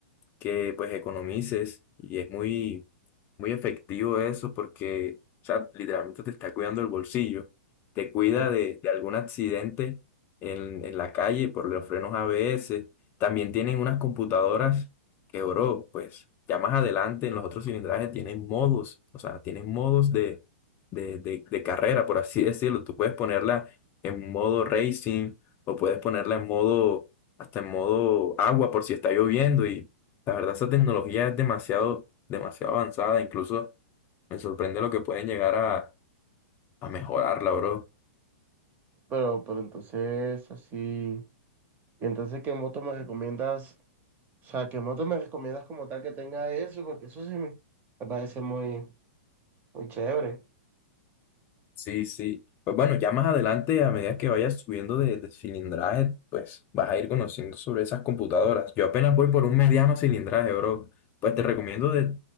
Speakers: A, on the left (about 30°); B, on the right (about 25°).
A: que pues economices y es muy, muy efectivo eso porque, o sea, literalmente te está cuidando el bolsillo, te cuida
B: Ujú.
A: de, de algún accidente en, en la calle por los frenos ABS, también tienen unas computadoras que, bro, pues ya más adelante en los otros cilindrajes tienen modos, o sea, tienen modos de, de, de, de carrera, por así <laughs> decirlo, tú puedes ponerla en modo racing o puedes ponerla en modo hasta en modo agua por si está lloviendo y la verdad, esa tecnología es demasiado, demasiado avanzada. Incluso me sorprende lo que pueden llegar a, a mejorarla, bro.
B: Pero, pero entonces, así, y entonces, ¿qué moto me recomiendas? O sea, ¿qué moto me recomiendas como tal que tenga eso? Porque eso sí me, me parece muy, muy chévere.
A: Sí, sí. Pues bueno, ya más adelante, a medida que vayas subiendo de, de cilindraje, pues vas a ir conociendo sobre esas computadoras. Yo apenas voy por un mediano cilindraje, bro. Pues te recomiendo de,